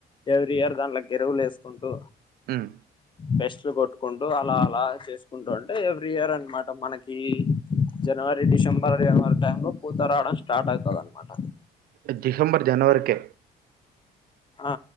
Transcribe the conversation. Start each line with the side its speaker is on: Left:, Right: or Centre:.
Left: ఎవ్రీ ఇయర్ దానిలో ఎరువులు వేసుకుంటూ
Right: ఉమ్
Left: బెస్ట్ లు కొట్టుకుంటూ అలా అలా చేసుకుంటూ ఉంటే ఎవ్రీ ఇయర్ అనమాట మనకి జనవరి డిసెంబర్ జనవరి టైంలో పూత రావడం స్టార్ట్ అవుతుంది అనమాట
Right: డిసెంబర్ జనవరికి
Left: ఆ